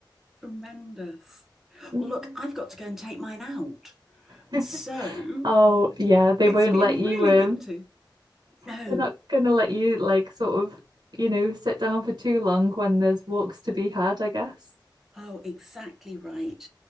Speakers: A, in the centre; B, on the right.
A: Tremendous.
B: Mm.
A: Well, look, I've got to go and take mine out.
B: <laughs>
A: So
B: Oh, yeah, they
A: it's
B: won't
A: been
B: let you
A: really
B: um
A: good to know
B: they're not gonna let you like sort of, you know, sit down for too long when there's walks to be had, I guess.
A: Oh, exactly right.